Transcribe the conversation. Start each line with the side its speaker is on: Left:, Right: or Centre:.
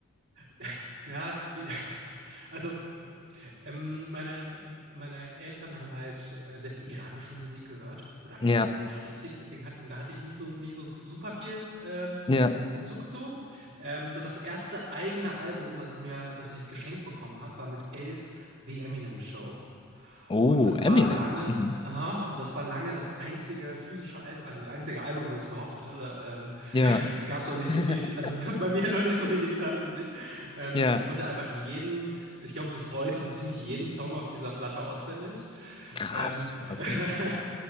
Right: <laughs> Ja, die, also ähm, meine, meine Eltern haben halt äh, sehr viel iranische Musik gehört oder eigentlich
Left: Ja,
Right: nur ausschließlich. Deswegen hat, und da hatte ich nie so, nie so super viel ähm,
Left: ja.
Right: Bezug zu. Ähm, so das erste eigene Album, das ich mir, das ich geschenkt bekommen habe, war mit elf The Eminem Show.
Left: Oh,
Right: Und das war
Left: Eminem.
Right: lange,
Left: Mhm.
Right: aha, und das war lange das einzige physische Album, also einzige Album, was ich überhaupt hatte. Da, ähm,
Left: Ja.
Right: <laughs> gab es noch nicht
Left: <laughs>
Right: so viel, also <laughs> bei mir noch nicht so viel digitale Musik. Ähm,
Left: Ja.
Right: und ich konnte einfach jeden, ich glaube bis heute so ziemlich jeden Song auf dieser Platte auswendig.
Left: Krass.
Right: Ähm,
Left: Okay.
Right: <laughs>